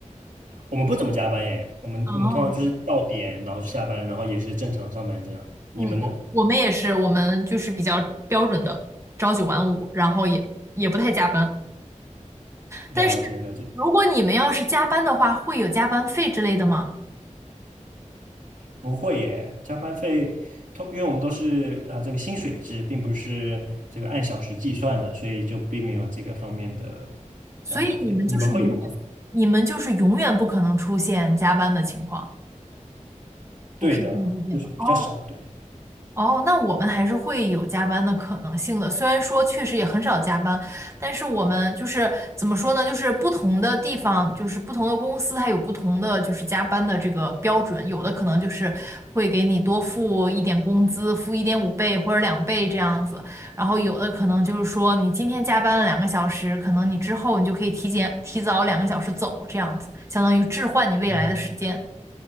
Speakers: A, on the right (about 85°); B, on the right (about 20°).
A: 我们不怎么加班耶，我们我们通常就是到点，
B: 哦，
A: 然后下班，然后也是正常上班这样。你们呢？
B: 嗯，我我们也是，我们就是比较标准的朝九晚五，然后也也不太加班。
A: 了解了解。
B: 但是如果你们要是加班的话，会有加班费之类的吗？
A: 不会耶，加班费，通因为我们都是呃这个薪水制，并不是这个按小时计算的，所以就并没有这个方面的加班费。
B: 所以你们就是永远，
A: 你们会有吗？
B: 你们就是永远不可能出现加班的情况，
A: 对的，
B: 我可以这么理解吗？
A: 就是比较少，
B: 哦，
A: 对。
B: 哦，那我们还是会有加班的可能性的。虽然说确实也很少加班，但是我们就是怎么说呢？就是不同的地方，就是不同的公司，它有不同的就是加班的这个标准。有的可能就是会给你多付一点工资，付一点五倍或者两倍这样子。然后有的可能就是说你今天加班了两个小时，可能你之后你就可以提前提早两个小时走，这样子，相当于置换你未来的时间，
A: 嗯，